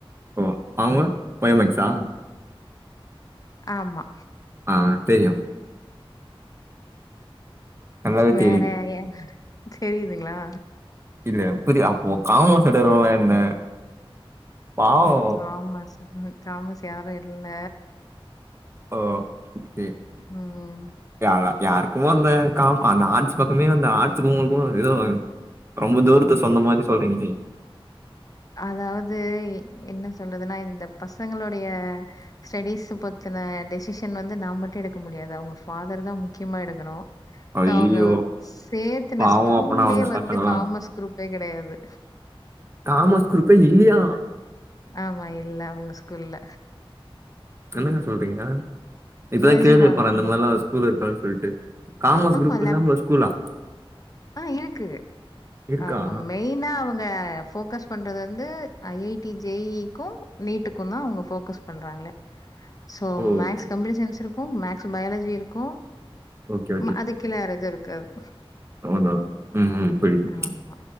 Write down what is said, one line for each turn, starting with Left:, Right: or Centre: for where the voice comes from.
Right: ஓ அவுங்க பயோ மேக்ஸ்ஸா
Left: ஆமா
Right: ஆ தெரியு நல்லாவே
Left: வேற
Right: தெரியுது
Left: எ தெரியுதுங்ளா
Right: இல்ல புரிய அப்போ காமஸ் எடுக்கறவுங்களா என்ன பாவோ
Left: ஆமா சார் காமஸ் யாரு இல்ல
Right: ஓகே
Left: ம் ம்
Right: யாரா யாருக்குமோ அந்த காம் அந்த ஆட்ஸ் பக்கமே அந்த ஆட்ஸுக்கு உங்களுக்கு எதோ ரொம்ப தூரத்து சொந்தோ மாதி சொல்றீங்தி
Left: அதாவது என்ன சொல்றதுன்னா இந்த பசங்களுடைய ஸ்டெடிஸ் பத்தன டெஷிஷன் வந்து நா மட்டு எடுக்க முடியாது அவுங்க ஃபாதர் தா முக்கியமா எடுக்கணு
Right: ஐயயோ
Left: சோ அவுங்க சேத்துன
Right: பாவோ
Left: ஸ்கூல்லே
Right: அப்பனா அவங்க
Left: வந்து
Right: பசங்கல்லா
Left: காமஸ் குரூப்பே கடையாது
Right: காமஸ் குருப்பே இல்லையா
Left: ஆமா இல்ல அவுங்க ஸ்கூல்ல
Right: என்னங்க சொல்றீங்க இப்பதா
Left: நிஜமா
Right: கேள்வியே பட்ற
Left: தான்.
Right: இந்த மாரிலா ஸ்கூல் இருக்கான் சொல்ட்டு காமஸ்
Left: ஆமா
Right: குரூப் இல்லாம ஒரு ஸ்கூல்லா
Left: ஆ இருக்கு
Right: இருக்கா
Left: அவுங்க மெய்னா அவுங்க ஃபோக்கஸ் பண்றது வந்து I I T J E இக்கு நீட்டுக்கு தா அவுங்க ஃபோக்கஸ் பண்றாங்களே சோ
Right: ஓ
Left: மேக்ஸ்
Right: ஓகே
Left: கம்ப்யூட்டர் சயின்ஸ் இருக்கு மேக்ஸ்ஸு பையாலஜி இருக்கு
Right: ஓகே
Left: ம் அதுக்கு கிழ வேற எது இருக்காது
Right: ஆனா ம் ம் புரியுது
Left: ஆமா.